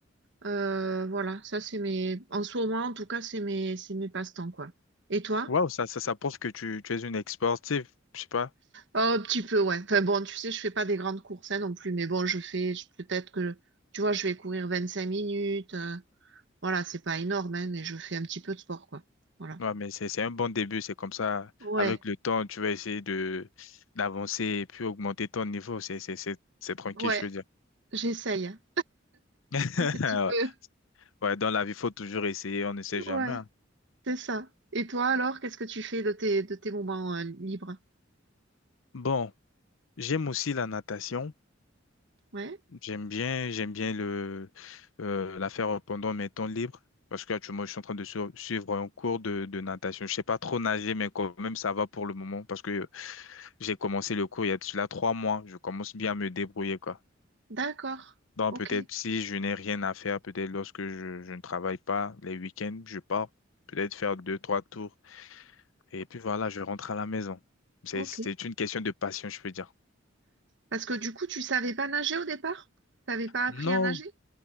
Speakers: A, on the right; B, on the left.
A: Euh, voilà, ça c'est mes. En ce moment, en tout cas, c'est mes, c'est mes passe-temps, quoi. Et toi?
B: Waouh, ça, ça, ça prouve que tu, tu es une ex-sportive, je sais pas.
A: Oh, un petit peu, ouais. Enfin bon, tu sais, je fais pas des grandes courses hein, non plus, mais bon, je fais je- peut-être que tu vois, je vais courir 25 minutes. euh, voilà, c'est pas énorme, hein, mais je fais un petit peu de sport, quoi. Voilà.
B: Ouais, mais c'est, c'est un bon début, c'est comme ça.
A: Ouais,
B: Avec le temps, tu vas essayer de d'avancer et puis augmenter ton niveau. C'est, c'est, c'est, c'est tranquille,
A: ouais,
B: je veux dire.
A: j'essaye. hein,
B: <laughs>
A: Un petit peu.
B: Ouais, dans la vie, il faut toujours essayer, on ne sait
A: <laughs>
B: jamais.
A: Ouais.
B: hein.
A: C'est ça. Et toi alors, qu'est-ce que tu fais de tes, de tes moments euh, libres?
B: Bon. J'aime aussi la natation.
A: Ouais,
B: J'aime bien, j'aime bien le, euh, la faire pendant mes temps libres parce qu'actuellement, je suis en train de su- suivre un cours de, de natation. Je sais pas trop nager, mais quand même, ça va pour le moment parce que j'ai commencé le cours il y a de cela trois mois. Je commence bien à me débrouiller, quoi.
A: d'accord.
B: Donc,
A: Ok,
B: peut-être si je n'ai rien à faire, peut-être lorsque je, je ne travaille pas les week-ends, je pars peut-être faire deux, trois tours et puis voilà, je rentre à la maison. C'est,
A: ok.
B: c'est une question de passion, je peux dire.
A: Parce que du coup, tu savais pas nager au départ? T'avais pas appris
B: Non,
A: à nager?